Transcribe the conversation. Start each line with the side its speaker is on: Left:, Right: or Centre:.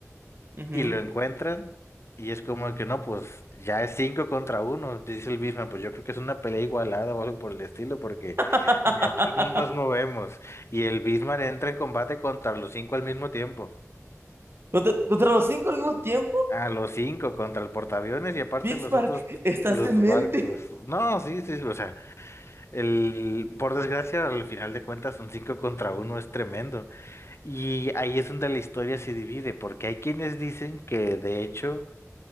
Right: Ujú.
Left: y lo encuentran y es como que no, pues ya es cinco contra uno, dice el Bismarck. Pues yo creo que es una pelea igualada o algo por el estilo porque
Right: <laughs>
Left: de aquí no nos movemos. Y el Bismarck entra en combate contra los cinco al mismo tiempo.
Right: Contra, contra los cinco al mismo tiempo,
Left: A los cinco contra el portaaviones y aparte
Right: Bismarck,
Left: los otros,
Right: <laughs> estás
Left: los
Right: demente
Left: barcos. No, sí, sí, o sea, el, por desgracia, al final de cuentas, un cinco contra uno es tremendo. Y ahí es donde la historia se divide, porque hay quienes dicen que de hecho